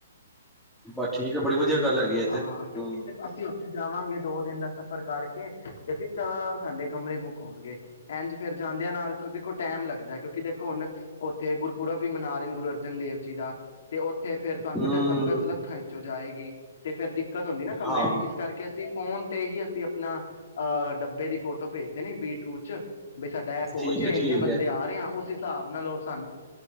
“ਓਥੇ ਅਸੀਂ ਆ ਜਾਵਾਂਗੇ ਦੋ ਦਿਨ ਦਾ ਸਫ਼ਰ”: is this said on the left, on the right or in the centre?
Left